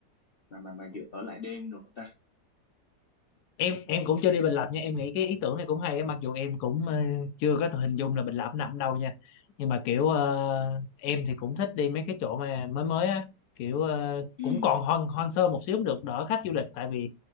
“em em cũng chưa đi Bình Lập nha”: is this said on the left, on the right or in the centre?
Left